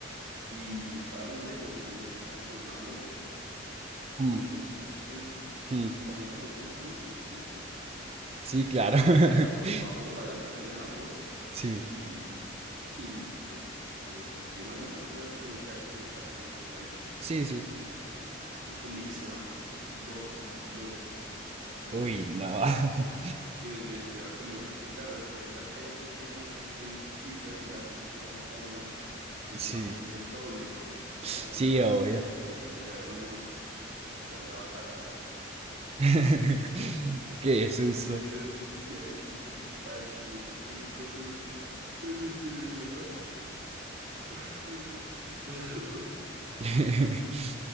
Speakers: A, on the right (about 60°); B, on the right (about 30°).
A: Y estábamos lejos y me dice, vamos a coger una moto.
B: Mm,
A: Uy, ¿cómo así?
B: mm.
A: ¿Usted sabe manejar? Y yo, no, sí, sí, sí.
B: Sí,
A: Y
B: claro.
A: él se
B: <laughs>
A: metió ahí a, a Bo- a la aplicación a Bolt
B: Sí,
A: y, y pues eh, consiguió una moto. Tú sabes que uno podía conseguir patinetas ahí.
B: sí, sí.
A: Y como y ese man era muy loco, muy loco para manejar. No.
B: Uy, no. <laughs>
A: Yo, yo, yo iba conmigo porque claro, de por sí las calles son bien, an- bien chiquitas y la gente es bien loca para manejar. Ese
B: Sí,
A: man, el doble,
B: sí,
A: casi nos atropella,
B: obvio.
A: casi nos caemos, no. Fue Pucha, yo andaba agarrado a ese marica.
B: <laughs>
A: <laughs>
B: Qué susto.
A: Ese Sebastián sí fue un parche, yo me acuerdo cuando, cuando se drogaba. <laughs> Era muy chistoso.
B: <laughs>